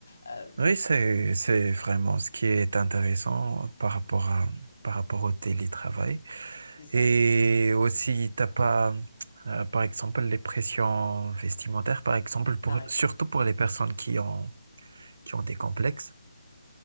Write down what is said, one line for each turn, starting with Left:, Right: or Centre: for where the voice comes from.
Left: Euh,
Right: Oui, c'est, c'est vraiment ce qui est intéressant par rapport à, par rapport au télétravail.
Left: c'est ça,
Right: Et aussi, t'as pas, euh, par exemple, les pressions vestimentaires, par exemple, pour,
Left: par exemple.
Right: surtout pour les personnes qui ont, qui ont des complexes,